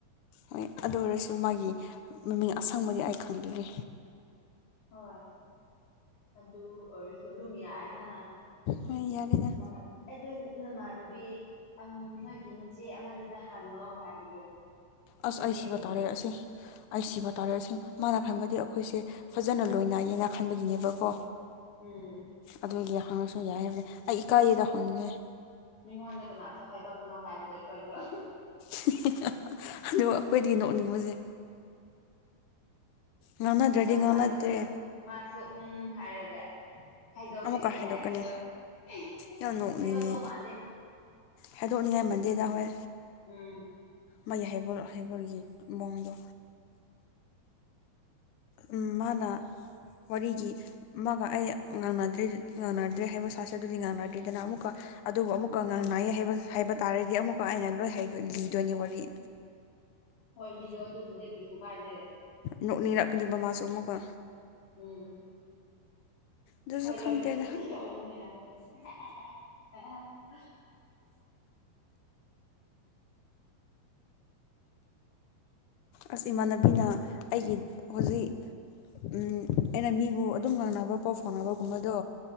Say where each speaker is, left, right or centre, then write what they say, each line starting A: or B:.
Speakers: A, on the left; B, on the left.
A: ꯍꯣꯏ ꯑꯗꯨ ꯑꯣꯏꯔꯁꯨ ꯃꯥꯒꯤ ꯃꯃꯤꯡ ꯑꯁꯪꯕꯗꯤ ꯑꯩ ꯈꯪꯪꯕꯤꯗꯦ
B: ꯍꯣꯏ ꯑꯗꯨ ꯑꯣꯏꯔꯁꯨ ꯑꯗꯨꯝ ꯌꯥꯏꯅꯥ
A: ꯍꯣꯏ
B: <unintelligible>
A: ꯌꯥꯔꯦꯗ
B: ꯑꯗꯨ ꯅꯃꯥꯟꯅꯕꯤ ꯅꯣꯏꯒꯤ ꯅꯆꯦ ꯑꯃꯗꯨꯗ ꯍꯪꯉꯣ ꯍꯥꯏꯕꯗꯣ
A: ꯑꯁ
B: ꯄꯨꯅꯤꯡꯗ꯭ꯔꯣ
A: ꯑꯩ ꯁꯤꯕ ꯇꯥꯔꯦ ꯑꯁꯤ ꯑꯩ ꯁꯤꯕ ꯇꯥꯔꯦ ꯑꯁꯤ ꯃꯥꯅ ꯈꯟꯕꯗꯤ ꯑꯩꯈꯣꯏꯁꯦ ꯐꯖꯅ ꯂꯣꯏꯅꯩꯌꯦꯅꯥ ꯈꯟꯕꯒꯤꯅꯦꯕꯀꯣ
B: ꯎꯝ
A: ꯑꯗꯨꯒꯤ ꯍꯪꯉꯁꯨ ꯌꯥꯏ ꯍꯥꯏꯕꯅꯤ ꯑꯩ ꯏꯀꯥꯏꯌꯦꯗ ꯍꯪꯅꯤꯡꯉꯥꯏ
B: ꯃꯤꯉꯣꯟꯗ ꯀꯅꯥꯁꯨ ꯍꯥꯏꯗꯣꯛꯀꯅꯣ ꯍꯥꯏꯕꯗꯣ ꯑꯩꯈꯣꯏꯗꯣ
A: <unintelligible> ꯑꯗꯨ ꯑꯩꯈꯣꯏꯗꯤ ꯅꯣꯛꯅꯤꯡꯕꯁꯦ ꯉꯥꯡꯅꯗ꯭ꯔꯗꯤ
B: ꯑꯗꯨꯒ
A: ꯉꯥꯡꯅꯗ꯭ꯔꯦ
B: ꯃꯥꯁꯨ ꯃꯥꯁꯨ ꯎꯝ ꯍꯥꯏꯔꯒ ꯍꯥꯏꯗꯣꯛꯀꯅꯤ
A: ꯑꯃꯨꯛꯀ ꯍꯥꯏꯗꯣꯛꯀꯅꯤ
B: ꯍꯥꯏꯕꯗꯣ <unintelligible>
A: ꯌꯥꯝ ꯅꯣꯛꯅꯤꯡꯉꯦ
B: ꯍꯥꯏꯗꯣꯛꯇꯧ ꯃꯥꯟꯗꯦ
A: ꯍꯥꯏꯗꯣꯛꯅꯤꯡꯉꯥꯏ ꯃꯟꯗꯦꯗ ꯍꯣꯏ
B: ꯎꯝ
A: ꯃꯥꯒꯤ ꯍꯩꯕ ꯍꯩꯕꯔꯒꯤ ꯃꯑꯣꯡꯗꯣ ꯎꯝ ꯃꯥꯅ ꯋꯥꯔꯤꯒꯤ ꯃꯥꯒ ꯑꯩ ꯉꯥꯡꯅꯗ꯭ꯔꯦ ꯉꯥꯡꯅꯗ꯭ꯔꯦ ꯍꯥꯏꯕ ꯁꯥꯁꯦ ꯑꯗꯨꯗꯤ ꯉꯥꯡꯅꯗ꯭ꯔꯦꯗꯅ ꯑꯃꯨꯛꯀ ꯑꯗꯨꯕꯨ ꯑꯃꯨꯛꯀ ꯉꯥꯡꯅꯥꯏꯌꯦ
B: ꯎꯝ
A: ꯍꯥꯏꯕ ꯇꯥꯔꯗꯤ ꯑꯃꯨꯛꯀ ꯑꯩꯅ ꯂꯣꯏ ꯍꯥꯏꯕ ꯂꯤꯗꯣꯏꯅꯤ ꯋꯥꯔꯤ
B: ꯍꯣꯏ ꯂꯤꯌꯣ ꯑꯗꯨꯕꯨꯗꯤ ꯀꯩꯁꯨ ꯀꯥꯏꯗꯦ
A: ꯅꯣꯛꯅꯤꯡꯔꯥꯛꯀꯅꯤꯕ ꯃꯥꯁꯨ ꯑꯝꯃꯨꯛꯀ
B: ꯎꯝ
A: ꯑꯗꯨꯁꯨ
B: ꯑꯩꯈꯣꯏ
A: ꯈꯪꯗꯦꯗ
B: ꯂꯣꯏꯅ ꯄꯨꯟꯅ ꯇꯧꯕꯅꯦ ꯍꯥꯏꯔꯣ <unintelligible> <unintelligible>
A: ꯑꯁ ꯏꯃꯥꯟꯅꯕꯤꯅ ꯑꯩꯒꯤ ꯍꯧꯖꯤꯛ ꯎꯝ ꯑꯩꯅ ꯃꯤꯕꯨ ꯑꯗꯨꯝ ꯉꯥꯡꯅꯕ ꯄꯥꯎ ꯐꯥꯎꯅꯕꯒꯨꯝꯕꯗꯣ